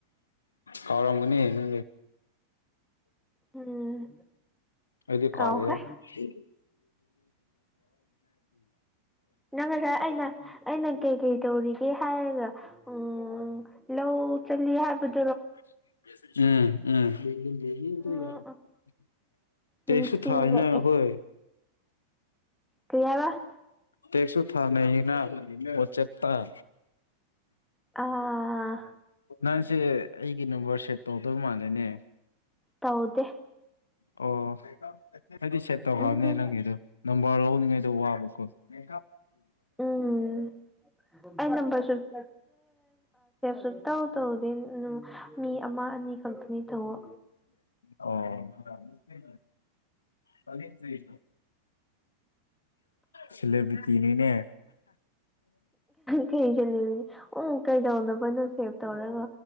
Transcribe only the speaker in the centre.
ꯎꯝ
ꯀꯥꯎꯈ꯭ꯔꯦ
ꯅꯪ ꯉꯁꯥꯏ ꯑꯩꯅ ꯑꯩꯅ ꯀꯩ ꯀꯩ ꯇꯧꯔꯤꯒꯦ ꯍꯥꯏꯔꯒ ꯎꯝ ꯂꯧ ꯆ ꯍꯥꯏꯕꯗꯤ
ꯎꯝ
ꯅꯤꯡꯁꯤꯡꯂꯛꯑꯦ
ꯀꯩ ꯍꯥꯏꯕ
ꯑꯥ
ꯇꯧꯗꯦ
ꯎꯝ
ꯎꯝ ꯑ ꯅꯝꯕꯔꯁꯨꯦ ꯁꯦ ꯇꯧ ꯇꯧꯗꯦ ꯎ ꯃꯤ ꯑꯃ ꯑꯅꯤ ꯈꯛꯇꯅꯤ ꯇꯧꯕ
ꯀꯤ ꯆꯕꯁꯦ ꯎ ꯀꯩꯗꯧꯅꯣ ꯐꯅꯣ ꯁꯦꯚ ꯇꯧꯔꯒ